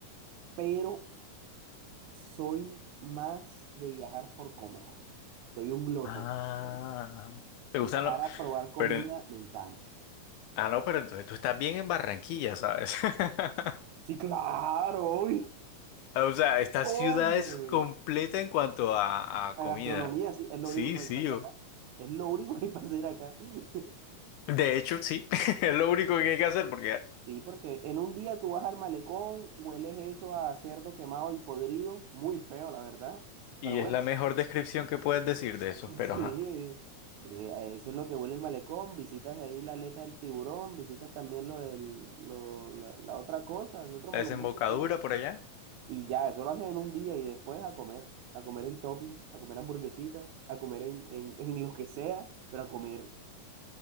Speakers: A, on the right; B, on the left.
A: pero soy más de viajar por comer. Soy un glotón,
B: Ah,
A: ¿verdad?
B: ¿te
A: Viajar
B: gustan los...?
A: a probar comida
B: Pero,
A: me encanta.
B: ah, no, pero entonces tú estás bien en Barranquilla, ¿sabes? <laughs>
A: Sí, claro, obvio,
B: O sea, esta
A: <laughs> obviamente.
B: ciudad es completa en cuanto a, a
A: La
B: comida.
A: gastronomía, sí, es lo
B: Sí,
A: único que
B: sí.
A: hay que hacer
B: yo-
A: acá. Es lo único que hay que hacer acá. <laughs>
B: De hecho, sí. <laughs> Es lo único que hay que hacer porque...
A: Sí, porque en un día tú vas al malecón, hueles eso a cerdo quemado y podrido, muy feo, la verdad.
B: Y
A: Pero bueno,
B: es la mejor descripción que puedes decir de
A: <laughs>
B: eso,
A: sí,
B: pero ajá.
A: eh, eh, eso es lo que huele el malecón. Visitas ahí la aleta del tiburón, visitas también lo del, lo- la, la otra cosa, el otro
B: La
A: monumento
B: desembocadura
A: que hay.
B: por allá.
A: Y ya, eso lo haces en un día y después a comer, a comer en topping, a comer hamburguesitas, a comer en, en, <laughs> en lo que sea, pero a comer. <laughs>